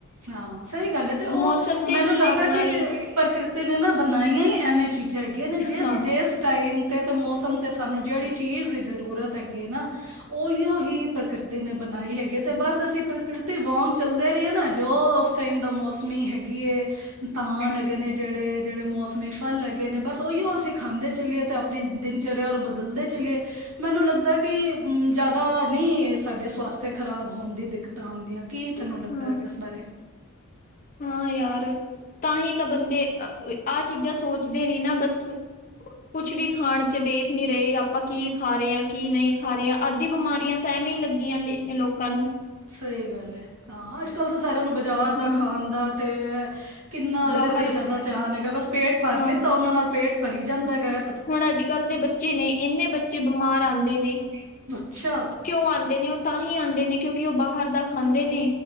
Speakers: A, on the right; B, on the left.
A: ਹਾਂ ਸਹੀ ਗੱਲ ਹੈ ਤੇ ਉਹ
B: ਮੌਸਮ ਦੇ
A: ਮੈਨੂੰ
B: ਹਿਸਾਬ
A: ਲੱਗਦਾ ਕਿ
B: ਨਾਲ ਹੀ
A: ਪ੍ਰਕਿਰਤੀ ਨੇ ਨਾ ਬਣਾਈਆਂ ਹੀ ਐਵੇਂ। ਹੈਗੇ ਨੇ ਜਿਸ-ਜਿਸ
B: ਹਾਂ
A: ਟਾਈਮ ਤੇ ਮੌਸਮ ਤੇ ਸਾਨੂੰ ਜਿਹੜੀ ਚੀਜ਼ ਦੀ ਜ਼ਰੂਰਤ ਹੈਗੀ ਹੈ ਨਾ ਉਹੀਓ ਹੀ ਪ੍ਰਕਿਰਤੀ ਨੇ ਬਣਾਈ ਹੈਗੀ ਤੇ ਬਸ ਅਸੀਂ ਪ੍ਰਕਿਰਤੀ ਵਾਂਗ ਚੱਲਦੇ ਰਹੀਏ ਨਾ ਜੋ ਉਸ ਟਾਈਮ ਦਾ ਮੌਸਮ ਸ ਹੈਗੀ ਏ ਧਾਨ ਹੈਗੇ ਨੇ ਜਿਹੜੇ ਜਿਹੜੇ ਮੌਸਮ ਫਲ ਲੱਗੇ ਨੇ ਬਸ ਉਹੀਓ ਅਸੀਂ। ਖਾਂਦੇ ਚੱਲੀਏ ਅਤੇ ਆਪਣੀ ਦਿਨਚਰਿਆ ਨੂੰ ਬਦਲਦੇ ਚੱਲੀਏ। ਮੈਨੂੰ ਲੱਗਦਾ ਕਿ ਜ਼ਿਆਦਾ ਨਹੀਂ ਸਾਡੇ ਸਵਾਸਥ ਖ਼ਰਾਬ ਹੋਣ ਦੀ ਦਿੱਕਤਾਂ ਆਦੀਆਂ। ਕੀ ਤੈਨੂੰ ਲੱਗਦਾ
B: ਹਾਂ
A: ਹੈਗਾ ਇਸ ਬਾਰੇ?
B: ਹਾਂ ਯਾਰ ਤਾਂ ਹੀ ਤਾਂ ਬੰਦੇ ਆਹ ਚੀਜ਼ਾਂ ਸੋਚਦੇ ਨੀ ਨਾ ਬਸ। ਕੁਛ ਵੀ ਖਾਣ ਚ ਵੇਖ ਨਹੀਂ ਰਹੇ ਆਪਾਂ ਕੀ ਖਾ ਰਹੇ ਹਾਂ ਕੀ ਨਹੀਂ ਖਾ ਰਹੇ ਹਾਂ ਅੱਦੀ ਬਿਮਾਰੀਆਂ ਤਾਂ ਐਵੇਂ ਹੀ ਲੱਗੀਆਂ ਲ ਲੋਕਾਂ ਨੂੰ
A: ਸਹੀ ਗੱਲ ਹੈ ਹਾਂ ਅੱਜ ਕੱਲ੍ਹ ਤਾਂ ਸਾਰਿਆਂ ਨੂੰ ਬਾਜ਼ਾਰ ਦਾ
B: ਹਾਂ
A: ਖਾਣ ਦਾ ਤੇ ਕਿੰਨਾ ਇਹਦੇ
B: ਬਾਹਰ
A: ਤੇ ਜ਼ਿਆਦਾ ਧਿਆਨ ਹੈਗਾ ਬਸ ਪੇਟ ਭਰ
B: ਹਾਂ
A: ਲਿੱਤਾ ਉਹਨਾਂ ਨਾਲ ਪੇਟ ਭਰੀ ਜਾਂਦਾ ਗ।
B: ਹੁਣ ਅੱਜ ਕੱਲ੍ਹ ਦੇ ਬੱਚੇ ਨੇ ਇੰਨੇ ਬੱਚੇ ਬਿਮਾਰ ਆਦੇ ਨੇ
A: ਆਉਂਦੇ ਅੱਛਾ
B: ਕਿਉ ਆਉਂਦੇ ਨੇ ਉਹ ਤਾਂ ਹੀ ਆਉਂਦੇ ਨੇ ਕਿਉਂਕਿ ਉਹ ਬਾਹਰ ਦਾ ਖਾਂਦੇ ਨੇ